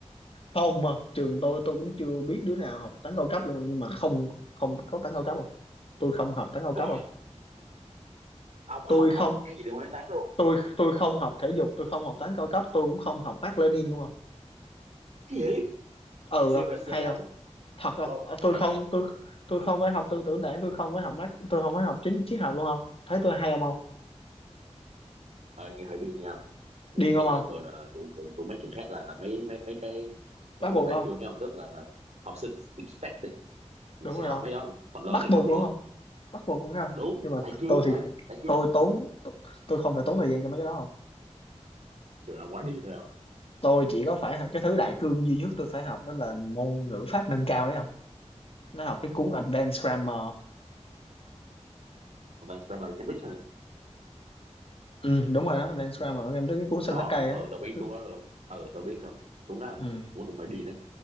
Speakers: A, on the left (about 50°); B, on the right (about 70°).
A: không mà trường tôi tôi cũng chưa biết đứa nào học toán cao cấp luôn nhưng mà không không có toán cao cấp không tôi không học toán cao cấp
B: ôi
A: không
B: ông không
A: tôi không
B: học một cái gì từ quan tám luôn
A: tôi tôi không học thể dục tôi không học toán cao cấp tôi cũng không học Mác Lênin luôn không
B: cái gì
A: ừ
B: seriously
A: không hay
B: ông
A: không thật không
B: hello
A: Ờ, tôi
B: hay
A: không
B: vậy ông
A: tôi tôi không phải học tư tưởng đảng tôi không phải học Mác tôi không phải học chính triết học luôn không thấy tôi hay không không
B: ờ nghe hỏi đi nha mấy
A: điên
B: mấy
A: không
B: cái
A: không
B: đó thường là tụi, tụi, tụi mấy trường khác là mấy mấy mấy cái mấy
A: bắt
B: cái môn
A: buộc
B: đại
A: không
B: cương đấy ông tức là học sinh expected là
A: đúng
B: sẽ
A: rồi
B: học
A: không
B: mấy đó không phần lớn
A: bắt
B: này
A: buộc
B: học luôn
A: luôn
B: không
A: không bắt buộc đúng không
B: đúng
A: nhưng mà
B: đại cương
A: tôi
B: mà
A: thì
B: đại cương
A: tôi
B: là, là
A: tốn tôi không phải tốn thời gian cho mấy cái đó không
B: trường nào quá điên rồi không
A: tôi chỉ có phải cái thứ đại cương duy nhất tôi phải học đó là môn ngữ pháp nâng cao đấy không nó học cái cuốn Advanced Grammar
B: tụi mà drama Cambridge nữa
A: ừ đúng rồi đó Advanced Grammar em tới cái cuốn xanh
B: rồi
A: lá cây á
B: tụi tụi biết
A: Cứ-
B: tôi đó luôn ừ tụi biết là đúng đó
A: ừ
B: ừ, cũng cũng phải đi đấy